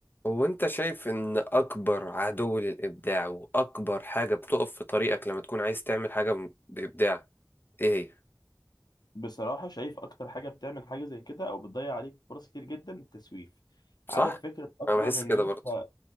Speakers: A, on the left; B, on the left.
A: هو انت شايف ان اكبر عدو للابداع واكبر حاجة بتقف في طريقك لما تكون عايز تعمل حاجة م- بابداع ايه هي
B: بصراحة شايف أكتر حاجة بتعمل حاجة زي كده أو بتضيع عليك فرص كتير جدا التسويف
A: صح
B: عارف فكرة أصلا
A: انا بحس
B: إن
A: كده
B: أنت
A: برضو